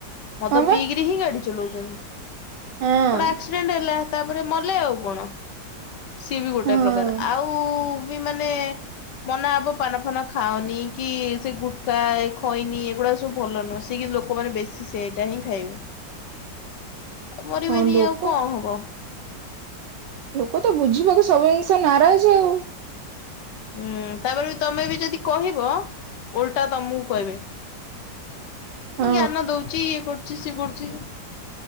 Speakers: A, on the left (about 70°); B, on the right (about 75°).
A: ମଦ
B: ହଁ ବା
A: ପିଇକିରି ହିଁ ଗାଡି ଚଲାଉଛନ୍ତି,
B: ହଁ
A: ଗୋଟେ ଆସି ଆକ୍ସିଡେଣ୍ଟ ହେଲା ତାପରେ ମଲେ ଆଉ କଣ। ସିଏ ବି ଗୋଟେ
B: ହଁ
A: ପ୍ରକାର ଆଉ ବି ମାନେ ମନା ହେବ ପାନଫାନ ଖାଅନି କି ସେ ଗୁଟକା ଖଇନି ଏଗୁଡା ସବୁ ଭଲ ନୁହଁ ସେ କିନ୍ତୁ ଲୋକମାନେ ବେଶୀ ସେଇଟା ହିଁ ଖାଇବେ। ଆଉ ମରିବେନି
B: ହଁ ଲୋକ
A: ଆଉ କଣ ହବ?
B: ଲୋକ ତ ବୁଝିବାକୁ ସବୁ ଜିନିଷ ନାରାଜ ଆଉ।
A: ହୁଁ ତାପରେ ବି ତମେ ବି ଯଦି କହିବ ଓଲଟା ତମକୁ କହିବେ,
B: ହଁ
A: ଜ୍ଞାନ ଦଉଛି ଇଏ କରୁ ଛି ସିଏ କରୁଛି ଆଉ।